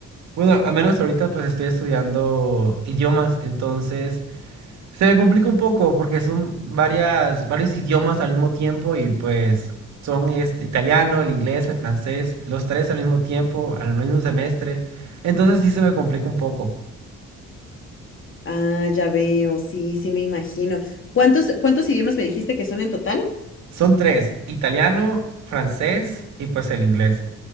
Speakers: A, on the right; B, on the left.
A: Bueno, al menos ahorita pues estoy estudiando idiomas, entonces se me complica un poco porque son varias varios idiomas al mismo tiempo y pues son este, italiano, el inglés, el francés, los tres al mismo tiempo, al mismo semestre. Entonces sí se me complica un poco.
B: Ah, ya veo, sí, sí me imagino. ¿Cuántos, cuántos idiomas me dijiste que son en total?
A: Son tres, italiano, francés y pues el inglés.